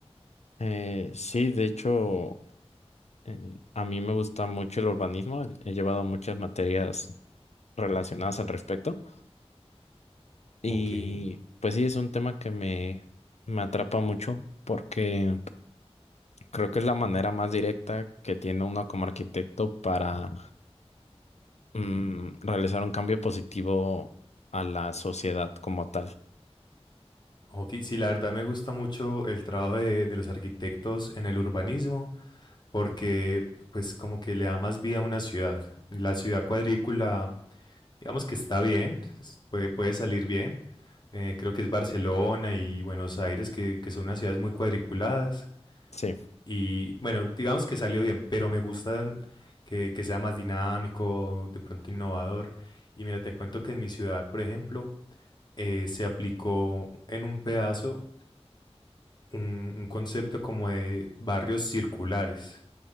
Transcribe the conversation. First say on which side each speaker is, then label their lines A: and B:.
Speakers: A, on the left; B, on the left.
A: Eh, sí, de hecho, eh, a mí me gusta mucho el urbanismo. eh, He llevado muchas materias relacionadas al respecto. Y
B: o qué.
A: pues sí, es un tema que me, me atrapa mucho porque creo que es la manera más directa que tiene uno como arquitecto para mm, realizar un cambio positivo a la sociedad como tal.
B: Ok, sí, la verdad me gusta mucho el trabajo de, de los arquitectos en el urbanismo porque pues como que le da más vida a una ciudad. La ciudad cuadrícula digamos que está bien, es- puede, puede salir bien. Eh, creo que es Barcelona y Buenos Aires, que, que son unas ciudades muy cuadriculadas.
A: Sí,
B: Y bueno, digamos que salió bien, pero me gusta que, que sea más dinámico, de pronto innovador. Y mira, te cuento que en mi ciudad, por ejemplo, eh, se aplicó en un pedazo un, un concepto como de barrios circulares.